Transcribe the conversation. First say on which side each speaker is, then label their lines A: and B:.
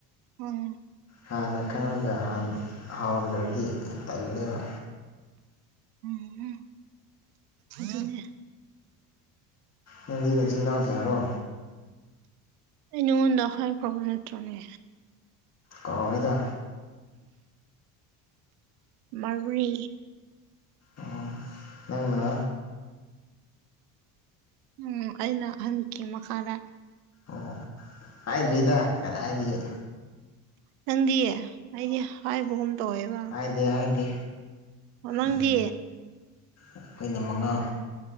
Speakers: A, on the right; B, on the left.
A: ꯎꯝ
B: ꯍꯥꯟꯅ ꯈꯪꯂꯥꯒ ꯍꯥꯟꯅ ꯍꯥꯎꯔꯝꯗ꯭ꯔꯗꯤ ꯇꯜꯂꯦꯕ
A: ꯎꯝ ꯑꯗꯨꯅꯦ
B: ꯅꯪꯗꯤ ꯅꯆꯤꯟ ꯅꯅꯥꯎ ꯀꯌꯥꯔꯣ
A: ꯑꯩꯅꯪꯉꯣꯟꯗ ꯍꯥꯏꯈ꯭ꯔꯕ ꯅꯠꯇ꯭ꯔꯣꯅꯦ
B: ꯀꯥꯎꯋꯦꯗ
A: ꯃꯔꯤ
B: ꯑꯣ ꯅꯪꯅ
A: ꯎꯝ ꯑꯩꯅ ꯑꯍꯟꯀꯤ ꯃꯈꯥꯗ
B: ꯑꯣ ꯍꯥꯏꯗ꯭ꯔꯤꯗ ꯀꯗꯥꯏꯗꯒꯤ
A: ꯅꯪꯗꯤ ꯑꯩꯗꯤ ꯍꯥꯏꯕꯒꯨꯝ ꯇꯧꯋꯦꯕ
B: ꯍꯥꯏꯗꯦ ꯍꯥꯏꯗꯦ
A: ꯅꯪꯗꯤ
B: ꯎꯝ ꯑꯩꯈꯣꯏꯅ ꯃꯉꯥ